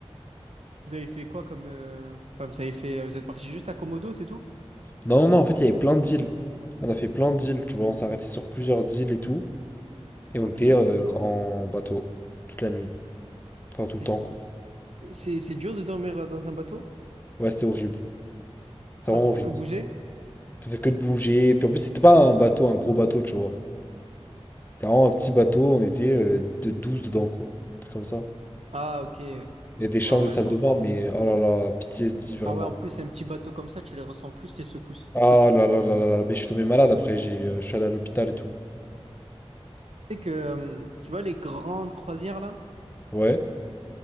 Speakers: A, on the right; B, on the left.
A: Vous avez fait quoi comme... euh, Enfin, vous avez fait... euh, Vous êtes parti juste à Komodo, c'est tout?
B: Non, non, non, en fait, il y avait plein d'îles. On a fait plein d'îles, tu vois. On s'est arrêté sur plusieurs îles et tout. Et on
A: Ok.
B: était
A: Et
B: euh, en bateau. Toute la nuit. Enfin, tout le
A: c-
B: temps, quoi.
A: c'est c'est dur de dormir euh, dans un bateau?
B: Ouais, c'était horrible. C'était
A: Pourquoi
B: vraiment
A: ça fait
B: horrible.
A: que bouger?
B: Ça fait que de bouger. Puis en plus, c'était pas un bateau, un gros bateau, tu vois. C'était vraiment un petit bateau, on était euh, de 12 dedans, quoi. Un truc comme ça.
A: Ah, ok. Ouais,
B: Il y a des chambres,
A: ouais,
B: des salles
A: je vois.
B: de bain, mais oh là là, PTSD vraiment.
A: Ah ouais, en plus, un petit bateau comme ça, tu les ressens plus, les secousses.
B: Ah là là là là là, mais je suis tombé malade après, j'ai eu, euh, je suis allé à l'hôpital et tout.
A: Tu sais que... euh, Tu vois, les grandes croisières, là?
B: Ouais,